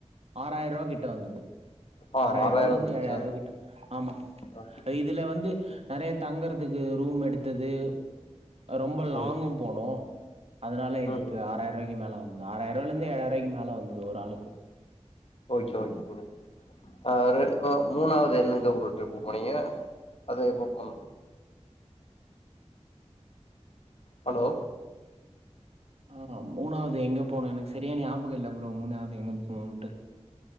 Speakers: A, on the right (about 60°); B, on the left (about 55°).
A: ஆறாயிரூபா கிட்ட வந்தது
B: ஆ
A: ஆறாயிரம்
B: ஆறாயிரோ
A: ரூபாயல இருந்து
B: வந்துருச்சா
A: ஏழாயிரம் ரூபா கிட்ட ஆமா
B: ஆ
A: இதுல வந்து நெறைய தங்குறதுக்கு ரூம் எடுத்தது ரொம்ப லாங்கும்
B: ம்
A: போனோம் அதனால இதுக்கு
B: ம் ம்
A: ஆராயிரூபாக்கு மேல வந்து ஆராயிரூபா ஏழாயிரூபாய்க்கு மேல வந்தது ஒரு ஆளுக்கு
B: ஓகே ஓகே ஆஹ் ஓ மூணாவது என்னங்க ஒரு டிர்ப்பு போனீங்க அது எப்ப போனும் ஹலோ
A: ஆஹ் மூணாவது எங்க போனன்னு சரியா ஞாபகம் இல்ல ப்ரோ மூணாவது எங்க போணுட்டு